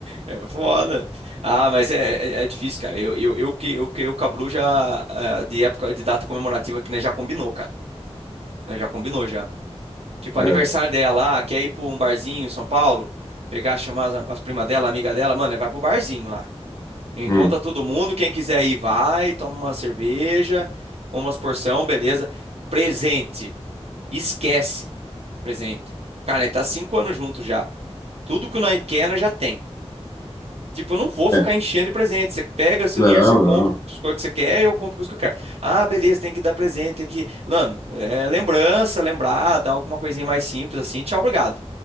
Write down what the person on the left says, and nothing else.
É.
Hum.
É.
Não,
não.